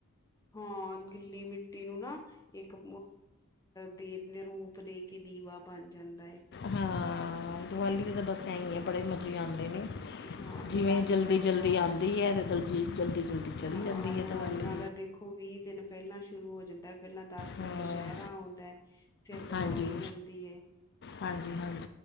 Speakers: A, on the left; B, on the left.
A: ਹਾਂ ਗਿੱਲੀ ਮਿੱਟੀ ਨੂੰ ਨਾ ਇੱਕ ਅ ਦੇ ਦੇ ਰੂਪ ਦੇ ਕੇ ਦੀਵਾ ਬਣ ਜਾਂਦਾ ਹੈ
B: ਹਾਂ ਦੀਵਾਲੀ ਦੇ ਤਾਂ ਬਸ ਐ ਹੀ ਆ ਬੜੇ ਮਜ਼ੇ ਆਉਂਦੇ ਨੇ
A: ਹਾਂ ਦੀਵਾਲੀ
B: ਜਿਵੇਂ ਜਲਦੀ
A: ਦਾ ਤਿਉਹਾਰ
B: ਜਲਦੀ ਆਉਂਦੀ ਹੈ ਅਤੇ ਦਲਜੀ ਜਲਦੀ ਜਲਦੀ ਚਲੀ
A: ਹਾਂ
B: ਜਾਂਦੀ
A: ਰੌਣਕਾਂ
B: ਹੈ ਦੀਵਾਲੀ
A: ਦਾ ਦੇਖੋ ਵੀਹ ਦਿਨ ਪਹਿਲਾਂ ਸ਼ੁਰੂ ਹੋ ਜਾਂਦਾ ਪਹਿਲਾਂ ਦਸ
B: ਹਾਂ
A: ਦਿਨ ਦੁਸਹਿਰਾ ਆਉਂਦਾ ਫਿਰ ਦੀਵਾਲੀ
B: ਹਾਂਜੀ
A: ਆਉਂਦੀ
B: ਹਾਂਜੀ ਹਾਂਜੀ